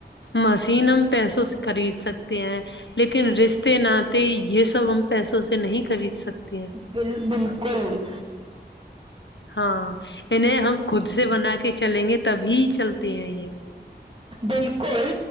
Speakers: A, on the left; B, on the right.
A: مسین ہم پیسوں سے خرید سکتے ہیں لیکن رشتے ناتے یہ سب ہم پیسوں سے نہیں خرید سکتے ہیں
B: بل بالکل
A: ہاں انہیں ہم خود سے بنا کے چلیں گے تبھی چلتے ہیں یہ
B: بالکل